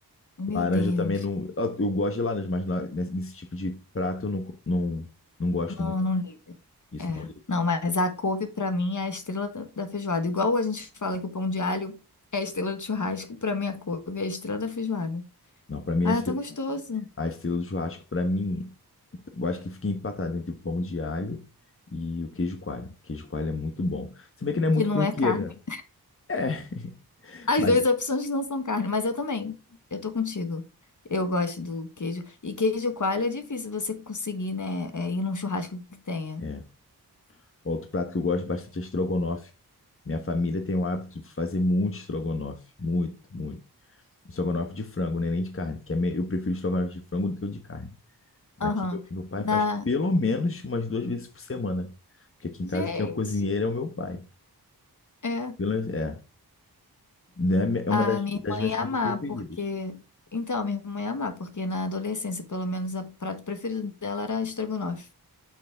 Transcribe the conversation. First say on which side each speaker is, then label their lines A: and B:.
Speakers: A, on the left (about 50°); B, on the left (about 35°).
A: Meu
B: Laranja
A: Deus.
B: também não. Eu eu gosto de laranja, mas lá nesse nesse tipo de prato eu não, co- não, não gosto
A: Não,
B: muito.
A: não liga.
B: Isso
A: É.
B: não
A: Não, mas a couve pra mim é a estrela da, da feijoada. Igual a gente fala que o pão de alho é a estrela do churrasco, pra mim a couve é a estrela da feijoada.
B: Não, pra mim
A: Ah,
B: a estrela,
A: é tão gostoso.
B: a estrela do churrasco, pra mim, eu acho que fica empatado entre o pão de alho e o queijo coalho. O queijo coalho é muito bom. Se bem que não é muito
A: Que não
B: corriqueira.
A: é carne.
B: É, <laughs>
A: As
B: mas
A: duas opções não são carne, mas eu também. Eu tô contigo. Eu gosto do queijo. E queijo coalho é difícil você conseguir, né? é, ir num churrasco que tenha.
B: é. Outro prato que eu gosto bastante é estrogonofe. Minha família tem o hábito de fazer muito estrogonofe, muito, muito. Estrogonofe de frango, né? Nem de carne, que é me- eu prefiro estrogonofe de frango do que o de carne. Aqui
A: Aham.
B: meu, meu pai
A: Na,
B: faz pelo menos umas duas vezes por semana, porque aqui
A: Gente,
B: em casa quem é o cozinheiro é o meu pai.
A: é.
B: Pelo, é, né? É
A: A
B: uma das,
A: minha irmã
B: das minhas
A: ia
B: comidas
A: amar,
B: preferidas.
A: porque. Então, a minha irmã ia amar, porque na adolescência, pelo menos, o prato preferido dela era estrogonofe.